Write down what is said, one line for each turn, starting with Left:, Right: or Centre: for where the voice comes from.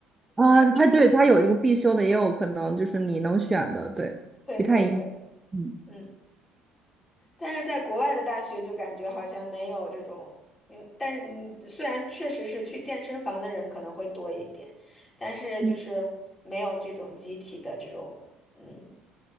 Right: 啊，它对它有这个必修的，也有可能就是你能选的，对，
Left: 对对对，
Right: 不太一样，嗯，
Left: 嗯。但是在国外的大学就感觉好像没有这种，嗯，但是嗯虽然确实是去健身房的人可能会多一点，但是就是没有这种集体的这种，
Right: 嗯
Left: 嗯，